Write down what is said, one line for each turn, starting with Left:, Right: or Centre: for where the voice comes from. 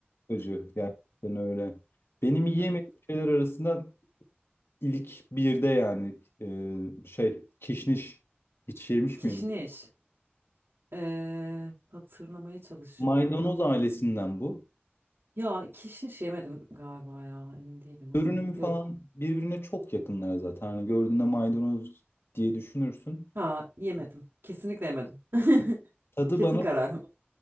Left: acı gerçekten öyle. Benim yiyemediğim
Right: <laughs> Evet.
Left: şeyler arasında ilk birde yani e, şey kişniş hiç yemiş
Right: Kişniş.
Left: miydim?
Right: Ee, hatırlamaya çalışıyorum.
Left: Maydanoz ailesinden bu.
Right: Ya kişniş yemedim galiba ya emin değilim ama
Left: Görünümü falan
Right: yok.
Left: birbirine çok yakınlar zaten. Hani gördüğünde maydanoz diye düşünürsün.
Right: Ha yemedim. Kesinlikle yemedim. <laughs>
Left: Tadı
Right: Kesin
Left: bana
Right: kararım.